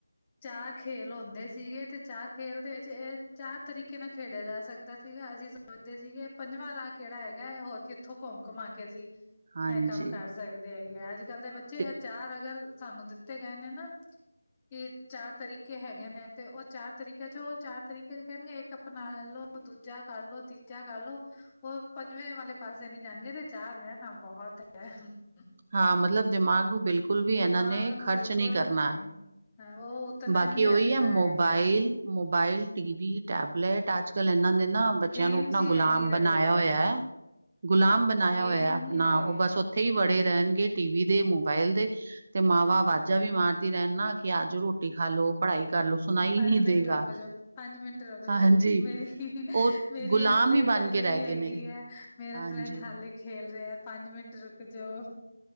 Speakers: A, on the left; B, on the right.
A: ਚਾਰ ਖੇਲ ਹੁੰਦੇ ਸੀਗੇ ਤੇ ਚਾਰ ਖੇਲ ਦੇ ਵਿੱਚ ਏ ਚਾਰ ਤਰੀਕੇ ਨਾਲ ਖੇਡਿਆ ਜਾ ਸਕ ਦਾ ਸੀਗਾ ਅਸੀਂ ਸੋਚਦੇ ਸੀਗੇ ਪੰਜਵਾਂ ਰਾਹ ਕਿਹੜਾ ਹੈਗਾ ਹੋਰ ਕਿੱਥੋਂ ਘੁੰਮ ਘੁਮਾ ਕੇ ਅਸੀ
B: ਹਾਂਜੀ
A: ਐ ਕੰਮ ਕਰ ਸਕਦੇ ਹੈਗੇ ਆ ਅੱਜ ਕੱਲ੍ਹ ਦੇ ਬੱਚੇ
B: ਤੇ
A: ਏ ਚਾਰ ਅਗਰ ਸਾਨੂੰ ਦਿੱਤੇ ਗਏ ਨੇ ਨਾ ਕੀ ਚਾਰ ਤਰੀਕੇ ਹੈਗੇ ਨੇ ਤੇ ਓ ਚਾਰ ਤਰੀਕ ਚ ਓ ਚਾਰ ਤਰੀਕੇ ਕਹਿੰਦੇ ਇੱਕ ਅਪਣਾ ਲੋ ਓ ਦੂਜਾ ਕਰਲੋ, ਤੀਜਾ ਕਰਲੋ, ਓ ਪੰਜਵੇਂ ਵਾਲੇ ਪਾਸੇ ਨੀ ਜਾਣਗੇ ਤੇ ਚਾਰ ਹੈ ਨਾ ਬੋਹ <unintelligible>
B: ਹਾਂ ਮਤਲਬ ਦਿਮਾਗ ਨੂੰ ਬਿਲਕੁੱਲ ਵੀ
A: ਦਿਮਾਗ
B: ਏਨਾਂ ਨੇ
A: ਨੂੰ
B: ਖ਼ਰਚ
A: ਬਿਲਕੁਲ
B: ਨੀ ਕਰਨਾ।
A: ਨਹੀਂ ਹਾਂ ਉਹ ਉਤਨਾ
B: ਬਾਕੀ
A: ਹੀ
B: ਓਹੀ
A: ਰੱਖਣਾ
B: ਐ ਮੋਬਾਈਲ-ਮੋਬਾਈਲ
A: ਹੈਗਾ
B: ਟੀਵੀ ਟੈਬਲੇਟ ਅੱਜ ਕੱਲ ਏਨਾਂ ਨੇ ਨਾ ਬੱਚਿਆਂ
A: ਗੇਮਸ
B: ਨੂੰ ਆਪਣਾ
A: ਹੀ
B: ਗੁਲਾਮ
A: ਇਹੀ ਰਹਿ
B: ਬਣਾਇਆ
A: ਗਏ
B: ਹੋਇਆ
A: ਨੇ
B: ਗੁਲਾਮ ਬਣਾਇਆ
A: ਗੇਮ
B: ਹੋਇਆ ਆਪਣਾ
A: ਹੀ ਰਹਿ
B: ਓ
A: ਗਏ
B: ਬਸ
A: ਨੇ
B: ਉੱਥੇ ਈ ਵੜੇ ਰੈ ਰਹਿਣਗੇ ਟੀ ਵੀ ਦੇ, ਮੋਬਾਇਲ ਦੇ ਤੇ, ਮਾਂ ਬਾਪ ਬਾਜਾਂ ਵੀ ਮਾਰਦੀ ਰਹਿਣ ਨਾ ਕਿ ਆਜੋ ਰੋਟੀ ਖਾ ਲੋ। ਪੜ੍ਹਾਈ ਕਰ ਲੋ ਸੁਣਾਈ
A: ਪੰਜ
B: ਨਹੀਂ
A: ਮਿੰਟ
B: ਦੇਗਾ
A: ਰੁਕ ਜੌ ਪੰਜ ਮਿੰਟ ਰੁਕ
B: ਹਾਂਜੀ
A: ਜੌ ਮੇਰੀ-ਮੇਰੀ
B: ਉਹ ਗੁਲਾਮ
A: ਐ ਪਲੇਅ
B: ਹੀ ਬਣ
A: ਚੱਲ
B: ਕੇ
A: ਰੀ
B: ਰਹਿ
A: ਹੈਗੀ
B: ਗਏ ਨੇ
A: ਐ ਮੇਰਾ
B: ਹਾਂਜੀ
A: ਫਰੈਂਡ ਹਾਲੇ ਖੇਲ ਰਿਆ। ਪੰਜ ਮਿੰਟ ਰੁਕ ਜੌ